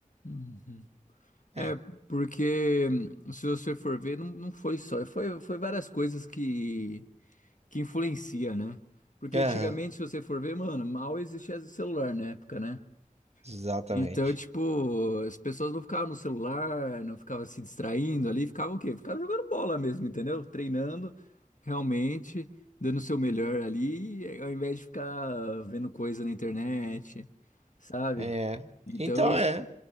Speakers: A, on the left (about 65°); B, on the right (about 50°).
A: uhum.
B: É,
A: É, porque se você for ver, não, não foi só, foi, foi várias coisas que, que influencia, né? Porque
B: aham,
A: antigamente, se você for ver, mano, mal existia celular na época, né?
B: exatamente.
A: Então, tipo, as pessoas não ficavam no celular, não ficavam se distraindo ali, ficavam o quê? Ficavam jogando bola mesmo, entendeu? Treinando, realmente, dando o seu melhor ali, ao invés de ficar vendo coisa na internet, sabe?
B: É,
A: Então,
B: então
A: isso.
B: é,